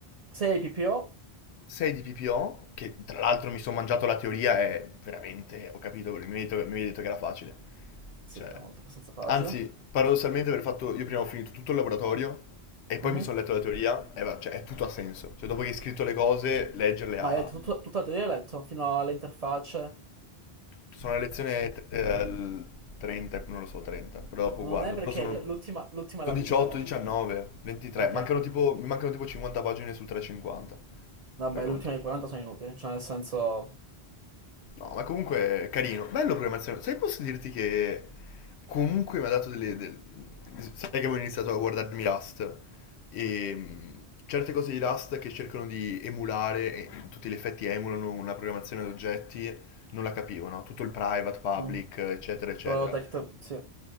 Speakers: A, on the right; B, on the left.
A: 6 PPO.
B: 6 di PPO, che tra l'altro mi sono mangiato la teoria e veramente ho capito, perché mi avevi detto, mi avevi detto che era facile.
A: Sì,
B: Cioè,
A: era molto abbastanza facile.
B: anzi, paradossalmente aver fatto, io prima ho finito tutto il laboratorio e poi
A: Mhm.
B: mi sono letto la teoria e va- cioè, è tutto ha senso. Cioè, dopo che hai scritto le cose, leggerle
A: Ma
B: ha...
A: hai letto tut- tutta la teoria, hai letto fino alle interfacce.
B: Sono a lezione eh, l- 30, non lo so, 30, però dopo
A: Non
B: guardo.
A: è perché
B: Però sono,
A: l- l'ultima l'ultima
B: sono
A: è la 23.
B: 18, 19, 23,
A: Ok.
B: mancano tipo, mi mancano tipo 50 pagine su 350,
A: Vabbè,
B: fai conto.
A: le ultime 40 sono inutili, cioè nel senso...
B: No, ma comunque carino, bello programmazione. Sai, posso dirti che comunque mi ha dato delle... del- Sai che avevo iniziato a guardarmi Rust e mh, certe cose di Rust che cercano di emulare, e in tutti gli effetti emulano una programmazione ad oggetti, non la capivo, no? Tutto il private, public,
A: mm,
B: eccetera, eccetera.
A: Protect, sì.